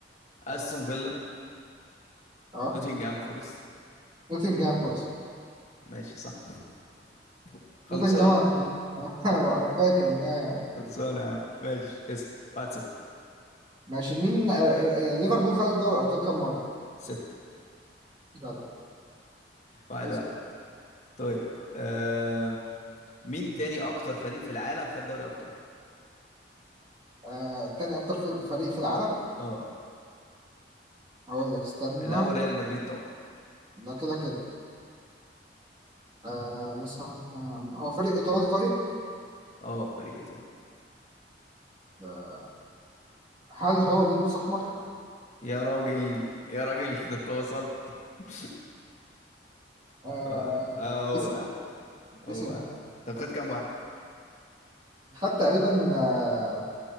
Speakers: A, on the left (about 40°); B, on the right (about 30°).
A: استون فيلا
B: اه
A: نوتنجهام فورست
B: نوتنجهام فورست
A: ماشي صح <laughs> خلصان
B: نوتنجهام انا <laughs> أنا- أنا فاكر ان هي
A: خلصان يا عم ماشي اسأل 1 0
B: ماشي مين آه، آه، آه، ليفربول خد دوري الابطال كام مره
A: 6
B: لا ده
A: 1
B: اسم.
A: 1 طيب آه مين تاني اكتر فريق في العالم خد دوري ابطال
B: آه، تاني اكتر في- فريق في العالم
A: اه
B: هقول لك استنى
A: الاول ريال مدريد طبعا
B: لا كده كده آه مثلا آه، هو فريق ايطالي طيب
A: اه فريق ايطالي
B: آه، هل هو بيلبس احمر
A: يا راجل يا راجل <laughs> ده انت وصلت <laughs>
B: آه
A: اه آه،
B: اسم
A: هو يا عم هو
B: اسم
A: يا عم طب خد كام واحد
B: خد تقريبا آه،